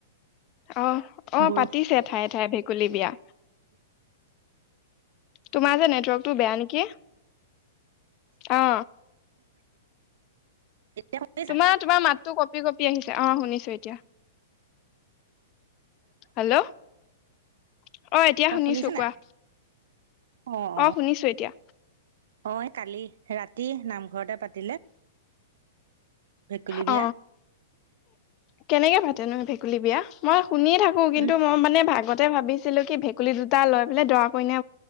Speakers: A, on the left; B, on the right.
A: অ, অ,
B: বৰষুণ
A: পাতিছে ঠায়ে-ঠায়ে ভেকুলী বিয়া। তোমাৰ যে নেটৱৰ্কটো বেয়া নেকি, অ।
B: এতিয়া শুনিছা?
A: তোমাৰ, তোমাৰ মাতটো কঁপি-কঁপি আহিছে অ, শুনিছো এতিয়া। হেল্ল'! অ, এতিয়া শুনিছো,
B: শুনিছা নাই?
A: কোৱা?
B: অ, অ।
A: শুনিছো এতিয়া
B: অ, এই কালি ৰাতি নামঘৰতে পাতিলে। ভেকুলী বিয়া।
A: অ, কেনেকে পাতেনো ভেকুলী বিয়া? মই শুনিয়ে থাকো। কিন্তু
B: উম,
A: মই মানে ভাগতে ভাবিছিলো কি ভেকুলী দুটা লৈ পেলাই দৰা-কইনা